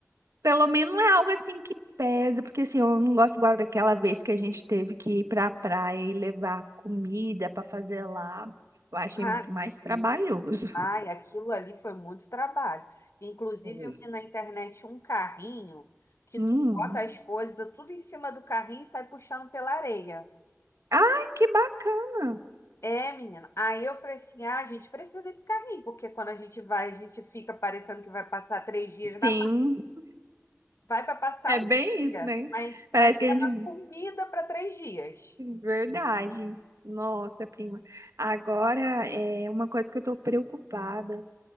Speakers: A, on the right; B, on the left.
A: Pelo menos não é algo assim que pesa, porque assim, eu não gosto igual daquela vez que a gente teve que ir pra praia e levar comida pra fazer lá. Eu achei
B: Ah,
A: muito
B: menino,
A: mais trabalhoso.
B: ai, aquilo ali foi muito trabalho. Inclusive,
A: Oi.
B: eu vi na internet um carrinho que
A: Hum.
B: tu bota as coisas tudo em cima do carrinho e sai puxando pela areia.
A: Ai, que bacana.
B: É, menina. Aí eu falei assim: ah, a gente precisa desse carrinho, porque quando a gente vai, a gente fica parecendo que vai passar três dias na.
A: Sim,
B: Vai para passar
A: é bem
B: um dia,
A: isso, né?
B: mas,
A: Parece
B: mas
A: que a gente.
B: comida para três dias.
A: Verdade. Nossa, prima. Agora é uma coisa que eu tô preocupada